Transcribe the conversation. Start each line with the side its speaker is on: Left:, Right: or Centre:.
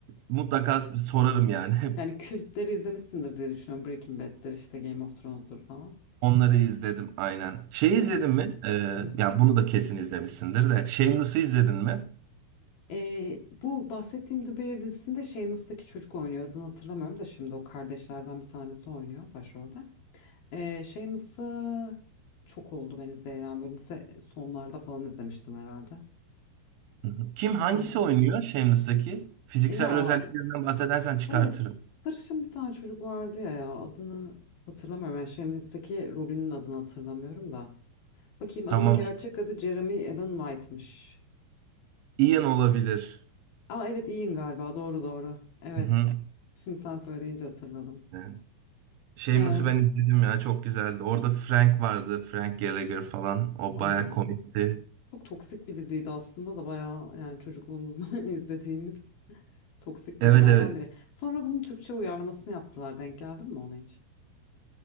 Right: mutlaka sorarım yani. <laughs>
Left: Yani kültleri izlemişsindir diye düşünüyorum. Breaking Bad'dir işte Game of Thrones'dur falan.
Right: Onları izledim aynen. Şey
Left: Evet.
Right: izledin mi? Ee,
Left: Hı.
Right: ya bunu da kesin izlemişsindir de. Shameless'ı izledin mi?
Left: Ee, bu bahsettiğim The Bear dizisinde Shameless'taki çocuk oynuyor. Adını hatırlamıyorum da şimdi o kardeşlerden bir tanesi oynuyor başrolde. Ee, şey mısı çok oldu ben izleyen böyle lise sonlarda falan izlemiştim herhalde.
Right: Hı hı. Kim hangisi
Left: Ee,
Right: oynuyor Shameless'taki? Fiziksel
Left: e ya
Right: özelliklerinden bahsedersen çıkartırım.
Left: evet sarışın bir tane çocuk vardı ya ya adını hatırlamıyorum. Yani Shameless'teki rolünün adını hatırlamıyorum da. Bakayım
Right: Tamam.
Left: adamın gerçek adı Jeremy Allen White'mış.
Right: Ian olabilir.
Left: Aa evet Ian galiba doğru doğru. Evet
Right: Hı hı.
Left: şimdi sen söyleyince hatırladım.
Right: Yani Shameless'ı
Left: Ee,
Right: ben izledim ya çok güzeldi. Orada Frank vardı. Frank Gallagher falan. O
Left: ay
Right: baya komikti.
Left: çok toksik bir diziydi aslında da bayağı yani çocukluğumuzdan <laughs> izlediğimiz. Toksik
Right: Evet
Left: dizilerden
Right: evet.
Left: biri. Sonra bunun Türkçe uyarlamasını yaptılar. Denk geldin mi ona hiç?